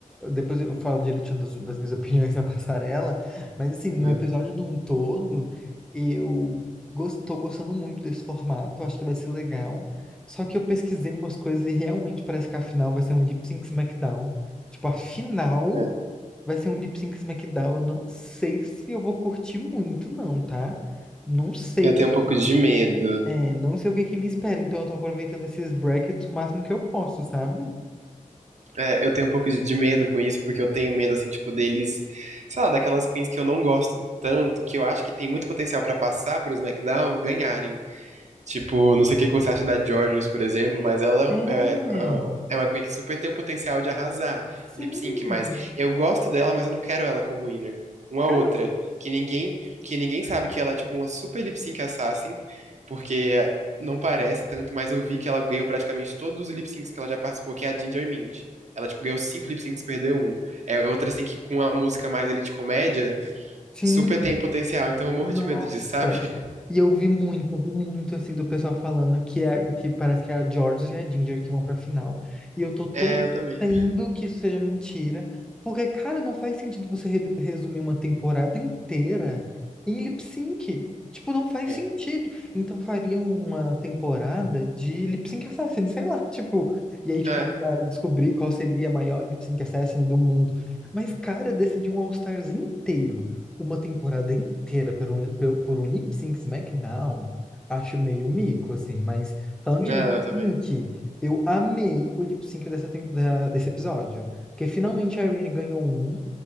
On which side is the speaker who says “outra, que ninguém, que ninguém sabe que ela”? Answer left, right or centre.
Right